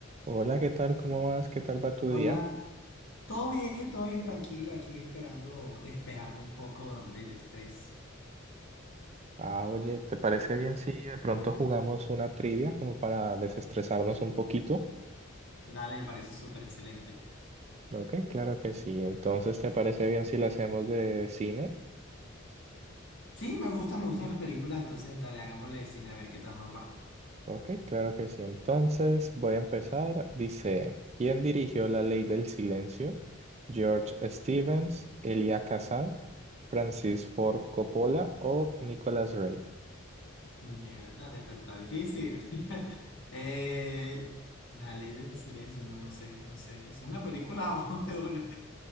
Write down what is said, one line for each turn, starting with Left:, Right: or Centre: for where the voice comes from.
Right: Hola, ¿qué tal? ¿Cómo vas? ¿Qué tal va tu
Left: Hola,
Right: día?
Left: todo bien, todo bien, tranquilo, aquí esperando despejarme un poco del estrés.
Right: Ah, oye, ¿te parece bien si de pronto jugamos una trivia como para desestresarnos un poquito?
Left: Dale, me parece súper excelente.
Right: Ok, claro que sí. Entonces, ¿te parece bien si la hacemos de cine?
Left: Sí, me gusta, me gustan las películas, entonces dale, hagámosle de cine a ver qué tal nos va.
Right: Ok, claro que sí. Entonces, voy a empezar. Dice, ¿quién dirigió La Ley del Silencio? George Stevens, Elia Kazan, Francis Ford Coppola o Nicolas Ray.
Left: Mierda, dale, pero está difícil. <laughs> Eh, la ley del silencio, no, no sé, no sé. ¿Es una película o <laughs> de una?